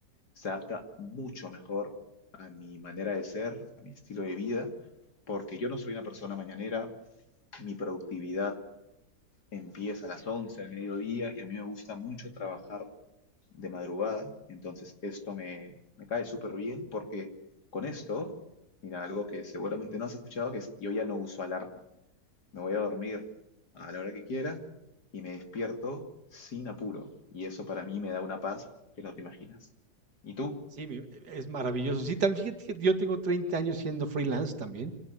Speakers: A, on the left; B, on the right.
A: se adapta mucho mejor a mi manera de ser, a mi estilo de vida, porque yo no soy una persona mañanera. Mi productividad empieza a las 11 del mediodía y a mí me gusta mucho trabajar de madrugada. Entonces esto me, me cae súper bien porque con esto, mira, algo que seguramente no has escuchado, que es yo ya no uso alarma. Me voy a dormir a la hora que quiera y me despierto sin apuro. Y eso para mí me da una paz que no te imaginas. ¿Y tú?
B: Sí, mi- es maravilloso. Sí, también fíjate que yo tengo 30 años siendo freelance también.